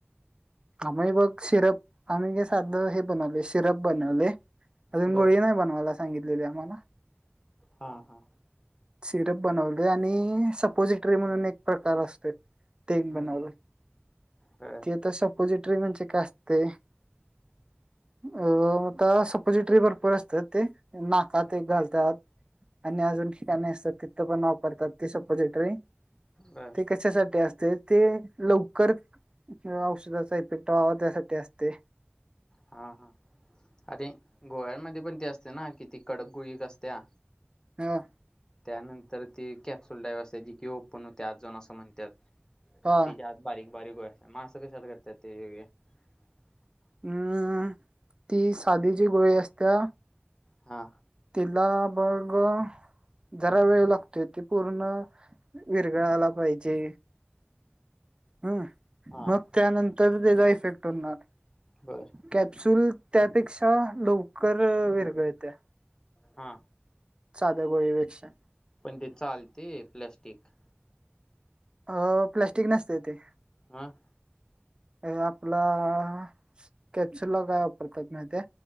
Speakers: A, on the right; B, on the left.
A: आमही बघ सिरप आम्ही का साधं हे बनवले सिरप बनवले अजून
B: बर
A: गोळी नाही बनवायला सांगितलेले आम्हाला
B: हा हा
A: सिरप बनवले आणि सपोजिट ररी म्हणून एक प्रकार असतो ते
B: हम्म
A: बनवून
B: बर
A: त आता सपोजिटरी म्हणजे का असते अ आता सपोजिटरी भरपूर असतात ते नाकात एक घालतात आणि अजून ठिकाणी असतात तिथं पण वापरतात ती सपोजिटरी
B: बर
A: ते कशासाठी असते ते लवकर औषध पिकटावावा त्यासाठी असते
B: हा हा अरे गोव्यांमध्ये पण ते असते ना किती कडक गुळीक असत्या
A: ह
B: त्यानंतर ती कॅप्सुल डाव्ह असते ज कि ओपन होते आजन असं म्हणतात
A: हा
B: आणि त्याच्या आत बारीक बारीको मा असं कशाला करत ते वेग <unintelligible>
A: अम् ती साधीची गोळी असत्या
B: हा
A: किलाबर्ग जरा वेळ लागतोय ते पूर्ण विरगळायला पाहिजे हम
B: हा
A: मग त्यानंतर त्याचा इफेक्ट होणार
B: बर
A: कॅप्सुल त्यापेक्षा लवकर विरगळत्या
B: हा
A: साध्या गोळी वेकश्या
B: पण ते चालते प्लॅस्टिक
A: अ प्लास्टिक नसते ते
B: ह <unintelligible>
A: हे आपलं कॅप्सुला काय वापरतात माहीते